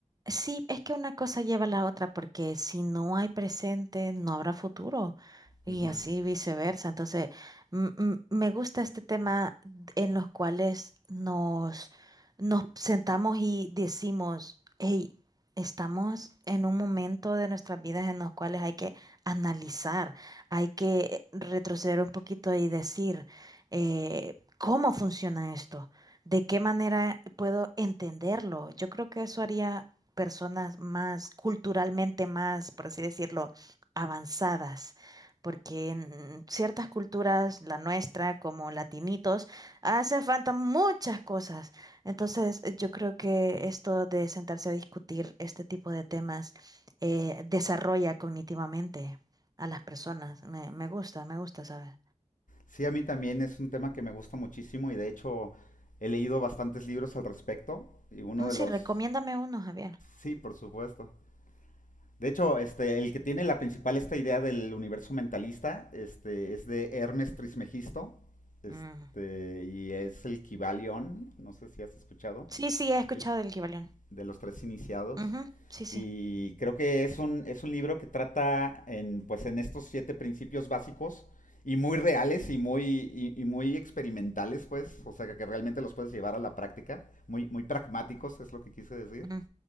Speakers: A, on the right; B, on the left.
A: Sí, es que una cosa lleva a la otra, porque si no hay presente, no habrá futuro y
B: Ujú.
A: así viceversa. Entonces, m- m- me gusta este tema d- en los cuales nos, nos sentamos y decimos, hey, estamos en un momento de nuestras vidas en los cuales hay que analizar, hay que retroceder un poquito y decir, eh, ¿cómo funciona esto? ¿De qué manera puedo entenderlo? Yo creo que eso haría personas más culturalmente más, por así decirlo, avanzadas, porque en ciertas culturas, la nuestra como latinitos, hacen falta muchas cosas. Entonces, eh, yo creo que esto de sentarse a discutir este tipo de temas eh, desarrolla cognitivamente a las personas. Me, me gusta, me gusta, ¿sabes?
B: Sí, a mí también es un tema que me gusta muchísimo y de hecho he leído bastantes libros al respecto y uno
A: Mm,
B: de
A: sí,
B: los...
A: recomiéndame uno, Javier.
B: Sí, por supuesto. De hecho, este, el que tiene la principal esta idea del universo mentalista este, es de Hermes Trismegisto este,
A: Mm.
B: y es el Kybalión, no sé si has escuchado.
A: Sí, sí, he escuchado
B: El-
A: del Kibalión.
B: de los tres iniciados.
A: Ujú, Sí, sí.
B: Y creo que es un, es un libro que trata en, pues, en estos siete principios básicos y muy reales y muy, y, y muy experimentales, pues, o sea, que, que, realmente los puedes llevar a la práctica, muy, muy pragmáticos, es lo que quise decir.
A: Mm.